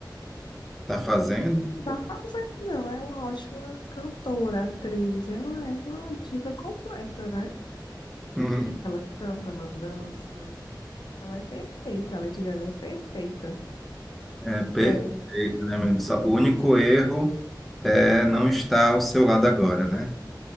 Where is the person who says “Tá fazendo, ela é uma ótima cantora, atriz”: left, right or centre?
Left